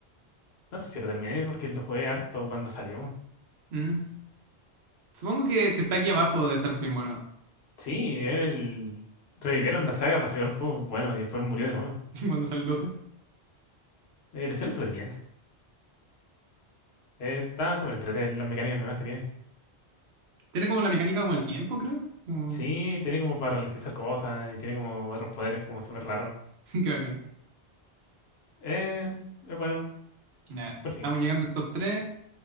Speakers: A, on the left; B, on the right.
A: No sé si lo terminé porque lo jugué harto cuando salió.
B: Mm. Supongo que si está aquí abajo de estar bien bueno
A: Sí, él revivieron la saga para sacar un juego bueno y después murió de nuevo.
B: <laughs> cuando sale el doce.
A: Eh, lo hicieron súper bien. Eh, está súper entretenido las mecánicas nuevas que tiene.
B: Tiene como la mecánica como el tiempo, creo. Como...
A: Sí, tiene como para ralentizar cosas y tiene como otros poderes como súper raros.
B: <laughs> Qué bacán.
A: Eh, es bueno,
B: Ya,
A: pues
B: estamos
A: sí.
B: llegando al top 3.